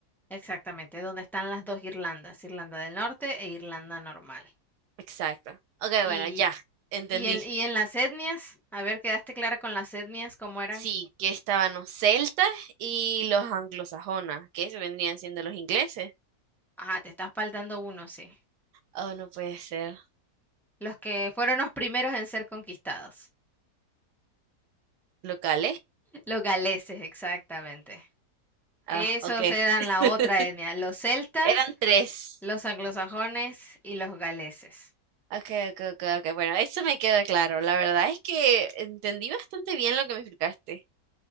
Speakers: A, in the centre; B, on the right.
A: Exactamente, donde están las dos Irlandas, Irlanda del Norte e Irlanda normal.
B: Exacto. Ok,
A: Y,
B: bueno, ya, entendí.
A: y, en, y en las etnias, a ver, ¿quedaste clara con las etnias cómo eran?
B: Sí, que estaban los celtas y los anglosajonas, que eso vendrían siendo los ingleses.
A: Ah, te estás faltando uno, sí.
B: Oh, no puede ser.
A: Los que fueron los primeros en ser conquistados.
B: ¿Locales?
A: Los galeses, exactamente.
B: Ah,
A: Esos
B: ok.
A: eran
B: <laughs>
A: la otra etnia, los celtas,
B: Eran tres.
A: los anglosajones y los galeses.
B: Ok, ok, ok, ok. Bueno, eso me queda claro. La verdad es que entendí bastante bien lo que me explicaste.